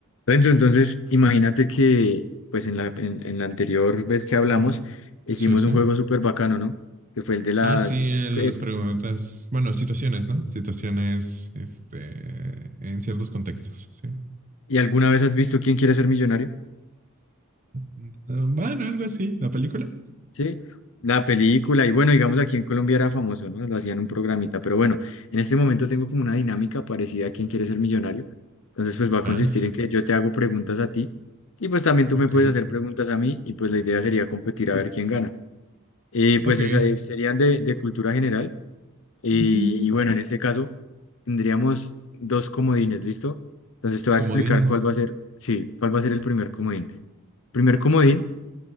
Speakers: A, on the left (about 60°); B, on the right (about 35°).
A: Renzo, entonces imagínate que pues en la, en, en la anterior vez que hablamos
B: Ah,
A: hicimos
B: sí, sí.
A: un juego súper bacano, ¿no? Que fue el de las...
B: Ah, sí, el
A: eh,
B: de las preguntas, bueno, situaciones, ¿no? Situaciones, este, en ciertos contextos, sí. <laughs>
A: ¿Y alguna vez has visto quién quiere ser millonario?
B: Eh, Bueno, algo así, la película.
A: Sí, la película. Y bueno, digamos aquí en Colombia era famoso, ¿no? Lo hacían un programita. Pero bueno, en este momento tengo como una dinámica parecida a quién quiere ser millonario. Entonces pues va a
B: Ya,
A: consistir en que yo te hago preguntas a ti y pues también tú
B: ok,
A: me puedes hacer preguntas a mí y pues la idea sería competir a ver quién gana. Eh,
B: ok.
A: pues esa, eh, serían de de cultura general. Y,
B: Ujú.
A: y bueno, en este caso tendríamos dos comodines, ¿listo? Entonces te voy a
B: Comodines.
A: explicar cuál va a ser, sí, cuál va a ser el primer comodín. Primer comodín